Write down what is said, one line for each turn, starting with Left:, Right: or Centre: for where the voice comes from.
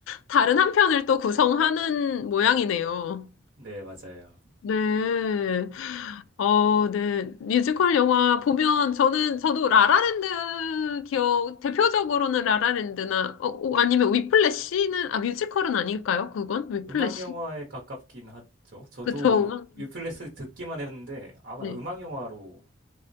Left: 다른 한 편을 또 구성하는 모양이네요.
Right: 네, 맞아요.
Left: 네. 어, 네. 뮤지컬 영화 보면 저는, 저도 라라랜드 기억, 대표적으로는 라라랜드나, 어, 어, 아니면 위플래시는, 아, 뮤지컬은 아닐까요? 그건? 위플래시?
Right: 음악 영화에 가깝긴 하죠. 저도
Left: 그쵸.
Right: 유플레스 듣기만 했는데 아마
Left: 네.
Right: 음악 영화로